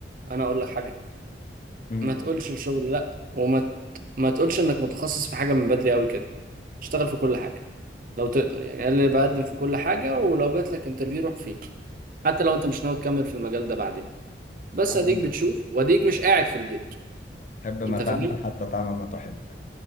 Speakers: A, on the right (about 50°); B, on the left (about 45°).
A: انا اقول لك حاجه
B: مم.
A: ما تقولش الشغل لا وما ما تقولش انك متخصص في حاجه من بدري قوي كده اشتغل في كل حاجه لو تقدر يعني قال لي بقدم في كل حاجه ولو جات لك انترفيو روح فيه حتى لو انت مش ناوي تكمل في المجال ده بعدين بس
B: حب
A: اديك بتشوف واديك مش قاعد في البيت
B: حب ما
A: انت فاهم
B: تعمل حتى تعمل ما تحب